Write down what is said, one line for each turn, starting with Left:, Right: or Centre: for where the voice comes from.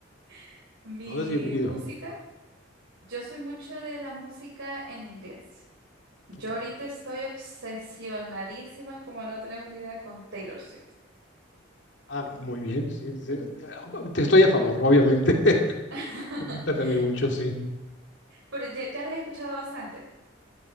Right: <laughs> mi
Left: Todo es bienvenido.
Right: música. Yo soy mucho de la música en inglés. Yo
Left: Ok.
Right: ahorita estoy obsesionadísima, como no tenemos ni idea, con Taylor Swift.
Left: Ah, muy bien, sí, sí. Te estoy a favor, obviamente. <laughs>
Right: <laughs>
Left: Me gusta también mucho, sí.
Right: Pero ya, ya las he escuchado bastante.